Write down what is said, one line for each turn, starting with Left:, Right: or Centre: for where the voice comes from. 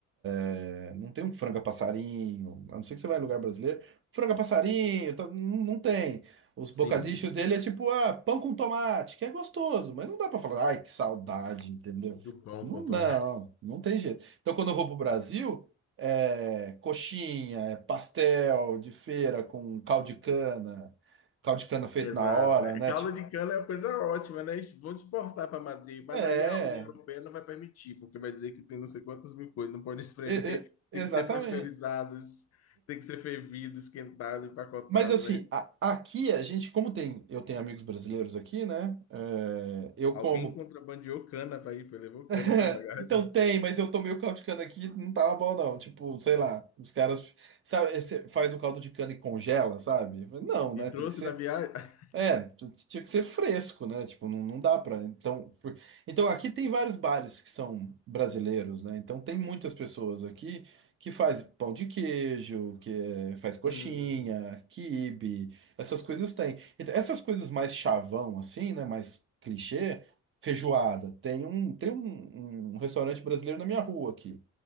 Right: É, não tem um franga passarinho, a não ser que você vai em lugar brasileiro. Franga passarinho, tá- não, não tem. Os bocadichos
Left: sim,
Right: dele é tipo, ah, pão com tomate, que é gostoso, mas não dá pra falar, ai, que saudade, entendeu?
Left: do pão
Right: Não,
Left: com tomate.
Right: não, não tem jeito. Então quando eu vou pro Brasil, é coxinha, é pastel de feira com caldo de cana, caldo de
Left: <laughs>
Right: cana feito
Left: Exato.
Right: na hora,
Left: né?
Right: né?
Left: Caldo
Right: Tipo,
Left: de cana é uma coisa ótima, né? Isso, Vamos exportar para Madrid, mas
Right: é,
Left: aí a União Europeia não vai permitir, porque vai dizer que tem não sei quantas mil coisas, não pode espremer,
Right: e- e-
Left: <laughs>
Right: exatamente.
Left: tem que ser pasteurizados, tem que ser fervido, esquentado, empacotado,
Right: Mas assim,
Left: né?
Right: a- aqui a gente, como tem, eu tenho amigos brasileiros aqui, né? É, eu
Left: Alguém
Right: como.
Left: contrabandeou cana para ir, foi, levou cana
Right: <laughs>
Left: na bagagem
Right: Então tem, mas eu tô meio caldo de cana aqui, não tava bom não. Tipo, sei lá, os caras sabe, esse- faz o caldo de cana e congela, sabe? Não, né?
Left: e trouxe
Right: Tem que ser.
Left: na viagem. <laughs>
Right: É, t- t- tinha que ser fresco, né? Tipo, não, não dá pra. Então, por- então, aqui tem vários bares que são brasileiros, né? Então, tem muitas pessoas aqui que faz pão de queijo, que é- faz coxinha,
Left: Hum,
Right: quibe, essas coisas tem. Então, essas coisas mais chavão, assim, né? Mais clichê, feijoada. Tem um, tem um, um restaurante brasileiro na minha rua aqui.